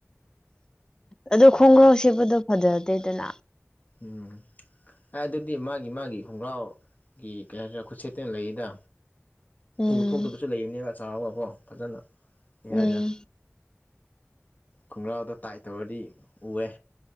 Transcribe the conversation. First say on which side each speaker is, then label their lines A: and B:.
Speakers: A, on the left; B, on the left.
A: ꯑꯗꯨ ꯈꯣꯡꯒ꯭ꯔꯥꯎ ꯁꯦꯠꯄꯗꯣ ꯐꯖꯗꯦꯗꯅ
B: ꯎꯝ ꯑꯗꯨꯗꯤ ꯃꯥꯒꯤ ꯃꯥꯒꯤ ꯈꯣꯡꯒ꯭ꯔꯥꯎ ꯒꯤ ꯀꯔꯤ ꯍꯥꯏꯁꯤꯔꯥ ꯈꯨꯠꯁꯦꯠꯇ ꯂꯩꯌꯦꯗ
A: ꯎꯝ
B: ꯎ ꯊꯣꯛꯇꯕꯁꯨ ꯂꯩꯕꯅꯦꯕ ꯆꯥꯎꯔꯒꯥꯀꯣ ꯐꯖꯅ ꯀꯩ ꯍꯥꯏꯁꯤꯔꯥ
A: ꯎꯝ
B: ꯈꯣꯡꯒ꯭ꯔꯥꯎꯗꯣ ꯇꯥꯏꯠ ꯇꯧꯔꯗꯤ ꯎꯑꯦ